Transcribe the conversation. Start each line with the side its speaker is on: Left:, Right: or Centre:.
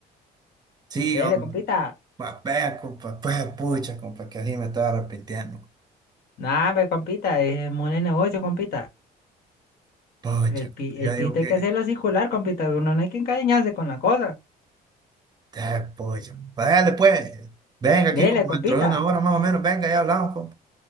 Right: Sí,
Left: Dale,
Right: hombre,
Left: compita.
Right: compa, vea, compa, pues pucha, compa, que así me estaba arrepintiendo.
Left: no hombre, compita, es muy de negocio, compita.
Right: Pucha,
Left: El, pi-
Right: yo
Left: el pito
Right: digo que,
Left: hay que hacerlo circular, compita. Uno no hay que encariñarse con la cosa.
Right: ah, pucha, vale pues, venga aquí
Left: Dele,
Right: como
Left: compita.
Right: dentro de una hora más o menos, venga, ya hablamos, compa.